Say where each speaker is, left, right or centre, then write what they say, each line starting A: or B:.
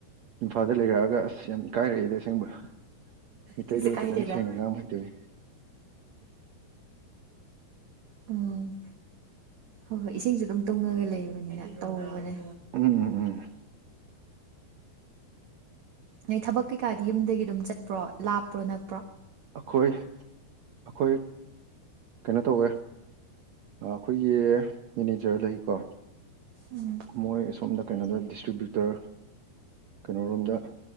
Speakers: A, on the right (about 80°); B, on the right (about 55°).
A: ꯏꯝꯐꯥꯜꯗ ꯂꯩꯔꯛꯑꯒ ꯑꯁ ꯌꯥꯝ ꯏꯀꯥꯏꯔꯛꯏꯗ ꯑꯁꯦꯡꯕ ꯃꯩꯇꯩꯂꯣꯟ
B: ꯀꯩꯁꯨ ꯀꯥꯏꯗꯦꯗ
A: ꯐꯖꯅ ꯁꯦꯡꯅ ꯉꯥꯡꯕ ꯍꯩꯇꯕꯒꯤ <inaudible>
B: ꯎꯝ ꯍꯣꯏ ꯍꯣꯏ ꯏꯁꯤꯡꯖꯨ ꯑꯗꯨꯝ ꯇꯨꯡꯉꯒ ꯂꯩꯕꯅꯤꯅ ꯇꯧꯕꯅꯦ
A: ꯎꯝ ꯎꯝ
B: ꯅꯣꯏ ꯊꯕꯛ ꯀꯩꯀꯥꯗꯤ ꯌꯨꯝꯗꯒꯤ ꯑꯗꯨꯝ ꯆꯠꯄ꯭ꯔꯣ ꯂꯥꯞꯄ꯭ꯔꯣ ꯅꯛ
A: ꯑꯩꯈꯣꯏ ꯑꯩꯈꯣꯏ ꯀꯩꯅꯣ ꯇꯧꯋꯦ ꯑꯩꯈꯣꯏꯒꯤ ꯃꯦꯅꯦꯖꯔ ꯂꯩꯀꯣ
B: ꯎꯝ
A: ꯃꯣꯏ ꯑꯁꯣꯝꯗ ꯀꯩꯅꯣꯗ ꯗꯤꯁꯇ꯭ꯔꯤꯕꯤ꯭ꯌꯨꯇꯔ ꯀꯩꯅꯣꯔꯣꯝꯗ